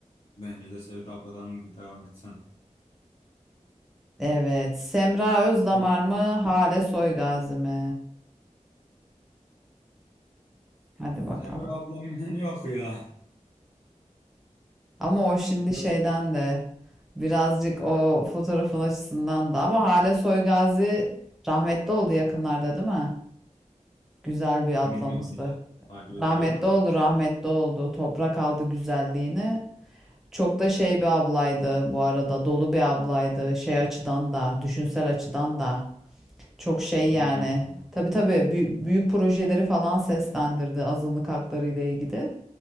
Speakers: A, on the left; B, in the centre.
A: bence de Sevda abladan devam etsen.
B: Evet. Semra Özdamar
A: Doğru.
B: mı? Hale Soygazi mi? Hadi bakalım.
A: Semra ablam <laughs> yok ya.
B: Ama o şimdi
A: <laughs> Biraz
B: şeyden de birazcık o fotoğrafın açısından da ama Hale Soygazi rahmetli oldu yakınlarda değil mi? Güzel bir
A: bilmiyorum
B: ablamızdı.
A: hiç. Takip etmiyorum.
B: Rahmetli oldu, rahmetli oldu. Toprak aldı güzelliğini. Çok da şey bir ablaydı bu arada. Dolu bir ablaydı. Şey açıdan da, düşünsel açıdan da. Çok şey
A: Hmm.
B: yani. Tabii tabii bü- büyük projeleri falan seslendirdi azınlık hakları ile ilgili.